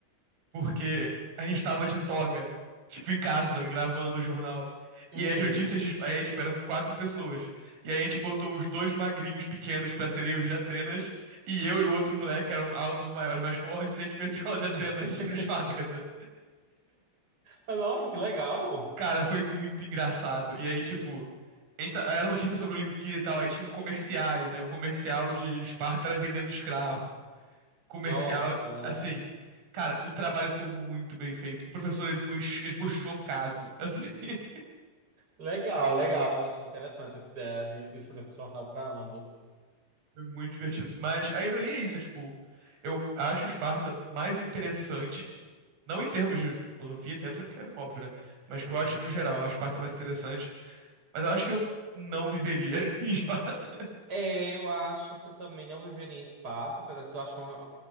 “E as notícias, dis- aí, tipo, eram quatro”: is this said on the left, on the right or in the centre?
Right